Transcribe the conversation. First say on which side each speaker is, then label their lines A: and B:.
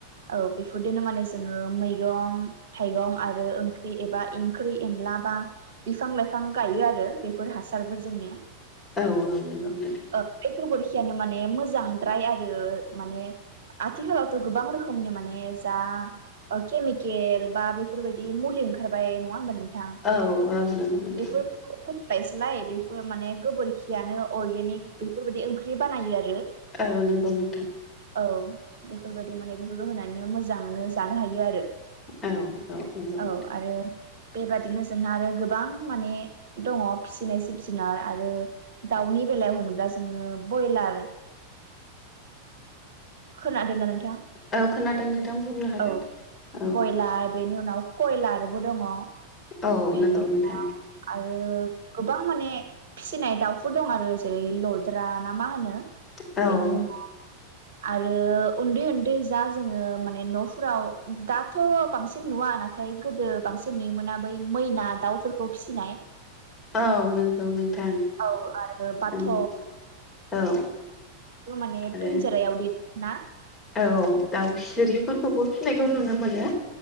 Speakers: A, on the right (about 55°); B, on the left (about 20°).
A: औ बेफोरदिनो माने जोङो मैगं थाइगं आरो ओंख्रि एबा ओंख्रि एनला बा बिफां लाइफां गायो आरो बेफोर हासारफोरजोंनो
B: औ औ नंगौ नोंथां
A: ओमफ्राय गोबोरखियानो माने मोजांद्राय आरो माने आथिखालावथ' गोबां रोखोमनि माने जा केमिकेल बा बेफोरबायदि मुलि ओंखारबाय नं नंङा होनबा नोंथां
B: औ औ नंगौ नोंथां
A: बेफोरखौ फबायसोलाय बेफोर माने गोबोरखियानो अरगेनिक बेफोरबायदि ओंख्रि बानायो आरो
B: औ नंगौ नोंथां
A: औ बेफोरबायदि माने बेफोरखौ होनानैनो मोजाङानो जानो हायो आरो
B: औ औ नंगौ नोंथां
A: औ आरो बेबादिनो जोंहा आरो गोबां माने दङ फिसिनाय जिब जुनार आरो दाउनि बेलायाव होनोब्ला जोङो बयलार खोनादोंना नोंथां
B: औ खोनादों नोंथां बुंनो हागोन
A: औ
B: औ
A: बयलार बेनि उनाव कयलारबो दङ
B: औ
A: बेनि
B: नंगौ
A: उनाव
B: नोंथां
A: आरो गोबां माने फिसिनाय दाउफोर दं आरो जेरै लद्रा ना मा होनो
B: औ
A: बेनि उनाव आरो उन्दै उन्दै जा जोंङो माने न'फोराव दाथ' बांसिन नुवा ना नाथाय गोदो बांसिन नुयोमोना बै मैना दाउफोरखौ फिसिनाय
B: औ नंगौ नोंथां
A: औ आरो बाथ'
B: ओं औ
A: माने
B: आरो
A: पिनजेरायाव दि ना
B: औ दाउ सिरिफोरखौबो फिनायखौ नुनो मोनो।